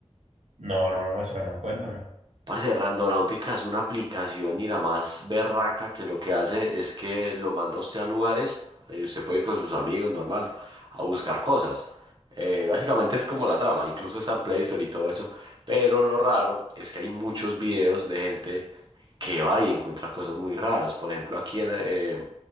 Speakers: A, on the right (about 75°); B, on the right (about 40°).
A: No, no, no me suena, cuéntame.
B: Parce, Randonáutica es una aplicación y la más berraca que lo que hace es que lo manda a usted a lugares, eh, usted puede ir con sus amigos, normal a buscar cosas. Eh, básicamente es como la trama, incluso está en Play Store y todo eso. Pero lo raro es que hay muchos videos de gente que va y encuentra cosas muy raras. Por ejemplo, aquí en, eh,